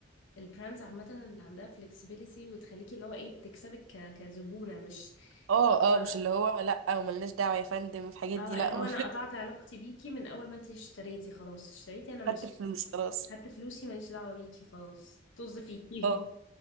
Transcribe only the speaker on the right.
اه
اه مش اللي هو لا وملناش دعوة يا فندم في الحاجات
دي لا
<laughs>
خدت الفلوس خلاص
اه